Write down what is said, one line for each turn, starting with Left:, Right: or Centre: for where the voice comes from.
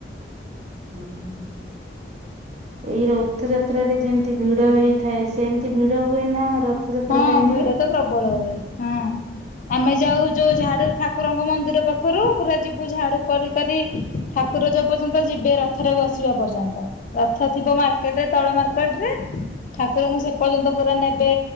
Right: ହଁ ହଁ ଏଇ ରଥ ଯାତ୍ରାରେ ଯେମିତି ଭିଡ ହେଇଥାଏ ସେମିତି ଭିଡ଼ ଡ ହୁଏ ନା ରଥଯାତ୍ରା
Left: ହଁ
Right: ଟାଇମ
Left: ଭିଡ
Right: ରେ।
Left: ତ ପ୍ରବଳ ହୁଏ ହଁ ଆମେ ଯାଉ ଯୋଉ ଝାଡୁ ଠାକୁରଙ୍କ ମନ୍ଦିର ପାଖରୁ ପୁରା ଯିବୁ ଝାଡୁ କରି କରି ଠାକୁର ଯୋଉ ପର୍ଯ୍ୟନ୍ତ ଯିବେ ରଥରେ ବସିବା ପର୍ଯ୍ୟନ୍ତ ରଥ ଥିବ ମାର୍କେଟରେ ତଳ ମାର୍କେଟରେ ଠାକୁରଙ୍କୁ ସେ ପର୍ଯ୍ୟନ୍ତ ପୁରା ନେବେ